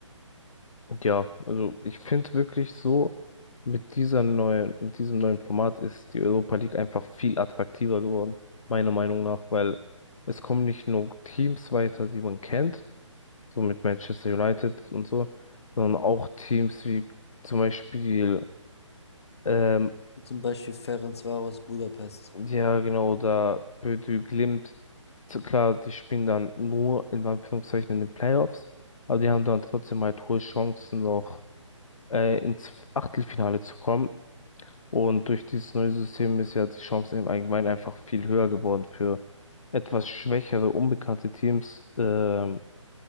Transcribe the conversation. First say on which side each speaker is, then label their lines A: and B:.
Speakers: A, on the left (about 90°); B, on the left (about 55°).
A: ja, also ich finde wirklich so, mit dieser neuen, mit diesem neuen Format ist die Europa League einfach viel attraktiver geworden, meiner Meinung nach, weil es kommen nicht nur Teams weiter, die man kennt, so mit Manchester United und so, sondern auch Teams wie zum Beispiel ähm,
B: Wie Zum Beispiel Ferencvaros Budapest.
A: Ja, genau, da Bödü Glimt, zu- klar, die spielen dann nur in Anführungszeichen in den Playoffs, aber die haben dann trotzdem halt hohe Chancen noch äh, ins Achtelfinale zu kommen. Und durch dieses neue System ist ja die Chance im Allgemeinen einfach viel höher geworden für etwas schwächere, unbekannte Teams ähm,